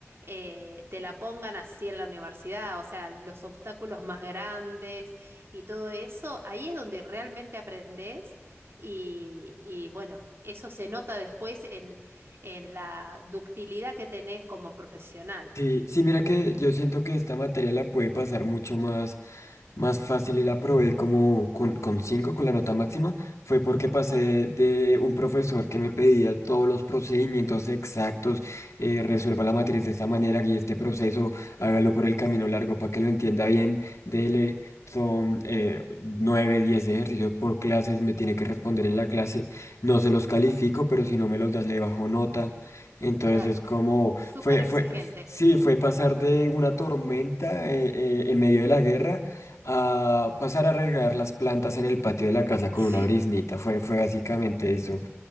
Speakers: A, on the right (about 55°); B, on the left (about 80°).
A: eh, te la pongan así en la universidad, o sea, los obstáculos más grandes y todo eso, ahí es donde realmente aprendes y, y bueno, eso se nota después en, en la ductilidad que tenés como profesional,
B: Sí, sí,
A: ¿sí?
B: mira que yo siento que esta materia la puede pasar mucho más, más fácil y la probé como con, con 5, con la nota máxima. Fue porque pasé
A: Claro,
B: de un profesor que me pedía todos los procedimientos exactos, eh, resuelva la matriz de esta manera, guíe este proceso, hágalo por el camino
A: sí,
B: largo para que lo entienda bien. Dele, son eh, 9, 10 ejercicios por clases, me tiene que responder en la clase. No se los califico, pero si no me los das, le bajo nota. Entonces
A: claro.
B: es como...
A: Súper
B: Fue,
A: exigente.
B: fue, Sí,
A: <laughs>
B: fue pasar de una tormenta eh, eh, en medio de la guerra a pasar a regar las plantas en el patio de la casa con
A: Sí.
B: una briznita. Fue, fue básicamente eso,